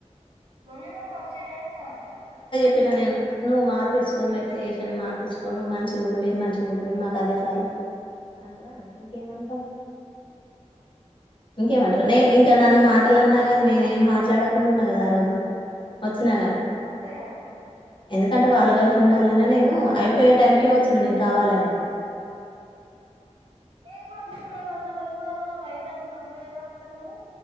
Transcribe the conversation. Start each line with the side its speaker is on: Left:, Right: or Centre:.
Right: రల్ బేళ త ఏమన్నా
Left: న నువవు మార్పిసు ఎట్ల చేషన్ మార్పిు ను మంచిగా ఉండు మీరు మంచిగా ఉండు మాకు అదే చాలు అని కూడా అన్నా ఇంకేమంటాం ఇంకేమంటారు నేను ఇంకా నన్ను మాటలు అన్నా కాని నేనే ఏం మాట్లాడకుండా ఉన్నా కదా ఆ రోజు వచ్చినా గాని
Right: అంతే కదామ్ మన
Left: ఎందుకంటే వాళ్ళు కలిసి ఉండాలనే నేను అయిపోయే టైంకే వచ్చును నేను కావాలని
Right: నేను కూడా చఊర్లేదకా నేను కూడా ఆ రజు రైతాని పంచ చేద్దాంన్నారు కానీ